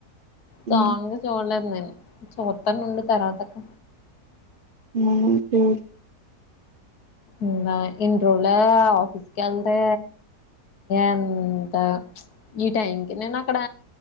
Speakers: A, on the right; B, on the left.
A: హ్మ్.
B: చాగా చూడలే నేన్ చూస్తానుండు తర్వాత అక్క
A: మన జరు
B: ఇ ఎన్ని రోజుల ఆఫీస్ క వెళ్తే అంత ఈ టైం కి నేను అక్కడ